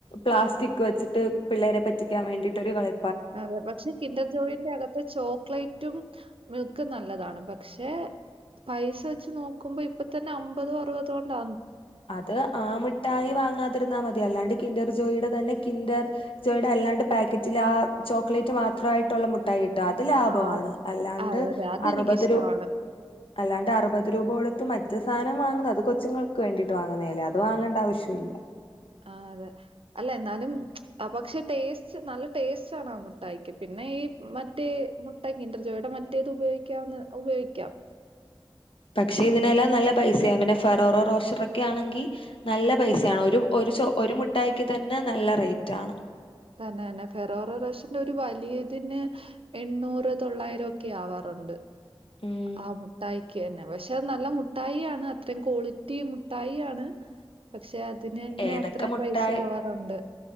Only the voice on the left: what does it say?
പ്ലാസ്റ്റിക് വെച്ചിട്ട് പിള്ളേരെ പറ്റിക്കാൻ വേണ്ടിയിട്ട്ര കളി
അത് ആമിട്ടായി വാങ്ങാതിരുന്നാ മതി അല്ലാണ്ട് കിന്റർ ജോയുടെ തന്നെ കിൻഡർ ജോയുടെ അല്ലാണ്ട് പാക്കറ്റിൽ ആ ചോക്ലേറ്റ് മാത്രമായിട്ടുള്ള മു.. ായിട്ട അത് ലാഭമാണ്
അല്ലാണ്ട്
അറുപത് രൂ... അല്ലാണ്ട് അറുപത് രൂപോടുത്ത് മറ്റേ സാധനം വാങ്ങുന്നത് അത് കൊച്ചുങ്ങൾ ക് വേണ്ടീട്ട് വാങ്ങന്നെ അല്ലെ അത് വാങ്ങേണ്ട ആവശ്യല്ല
പക്ഷെ ഇതിനെല്ലാം
നല്ല പൈസയാ പിന്നെ ഫറോറോ റോഷറൊക്കെ ആണെങ്കി നല്ല പൈസയാണ്. ഒരു ഒരു മിഠായിക്ക് തന്നെ നല്ല റേറ്റ് ആണ്
ഉം
ഏതൊക്കെ
മുട്ടായി